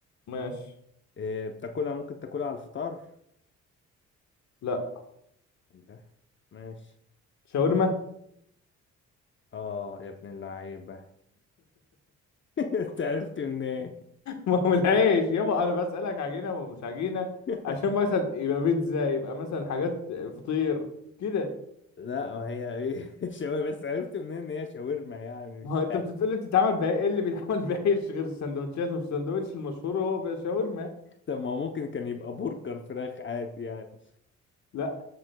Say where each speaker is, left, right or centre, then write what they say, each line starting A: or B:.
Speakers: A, on the left; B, on the left.
A: ماشي
B: إيه بتاكلها ممكن تاكلها على الفطار
A: لا
B: لا ماشي
A: شاورما <laughs>
B: اه يا ابن اللعيبة <laughs> انت عرفت منين
A: ما هو من العيش يابا انا بسألك عجينة ومش عجينة
B: <laughs>
A: عشان مثلا يبقى بيتزا يبقى مثلا حاجات فطير كده
B: لا ما هي ايه <laughs> شاورما بس عرفت منين ان هي شاورما يعني
A: ما
B: مش
A: هو
B: فاهم
A: انت بتقولي بتتعمل بقى ايه اللي بيتعمل بايش <laughs> غير السندوتشات والساندوتش المشهور هو شاورما
B: طب ما هو ممكن كان يبقى برجر فراخ عادي يعني
A: لا